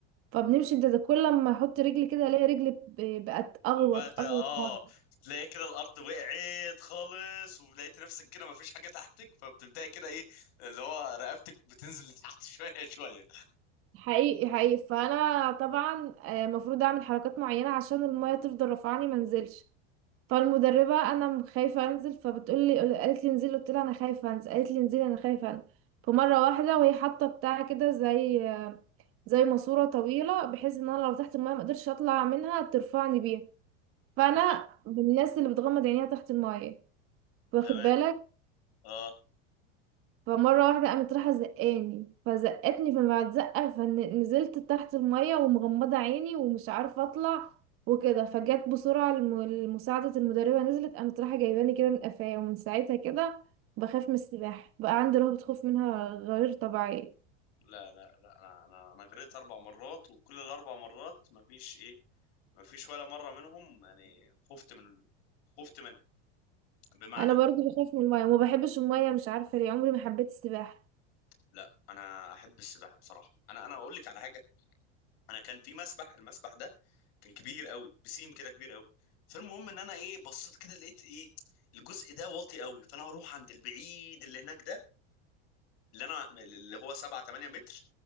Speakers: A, on the right; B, on the left.
A: فبنمشي انت ده كل لما احط رجلي كده الاقي رجلي ب- بقت اغوط
B: وبعد اه
A: اغوط أغوط.
B: تلاقي كده الارض وقعت خالص ولقيت نفسك كده مفيش حاجه تحتك فبتبداي كده ايه اللي هو رقبتك بتنزل لتحت <laughs> شويه شويه
A: حقيقي حقيقي فانا طبعا آه، المفروض اعمل حركات معينة عشان المية تفضل رافعاني ما انزلش فالمدربة انا م- خايفة انزل فبتقول لي قالت لي انزلي قلت لها انا خايفة انزل قالت لي انزلي انا خايفة انزل فمرة واحدة وهي حاطة بتاع كده زي آه، زي ماسورة طويلة بحيث ان انا لو تحت المايه ما اقدرش اطلع منها ترفعني بيها فانا
B: تمام
A: من الناس اللي بتغمض عينيها تحت المايه واخد
B: تمام
A: بالك
B: اه
A: فمرة واحدة قامت رايحة زقاني فزقتني فبعد زقة فنزلت تحت المايه ومغمضة عيني ومش عارفة اطلع وكده فجت بسرعة الم- المساعدة المدربة نزلت قامت رايحة جايباني كده من قفايا ومن ساعتها كده بخاف من السباحة بقى عندي رهبة خوف منها غير طبيعية
B: لا لا لا انا انا انا غرقت اربع مرات وكل الاربع مرات مفيش ايه مفيش ولا مره منهم يعني خفت من خفت منها بمعنى
A: انا برضو بخاف من المايه وما بحبش المايه مش عارفة ليه عمري ما حبيت السباحة
B: لا انا احب السباحه بصراحه انا انا اقول لك على حاجه انا كان في مسبح المسبح ده كان كبير قوي بسيم كده كبير قوي فالمهم ان انا ايه بصيت كده لقيت ايه الجزء ده واطي قوي فانا هروح عند البعيد اللي هناك ده اللي انا اللي هو 7 8 متر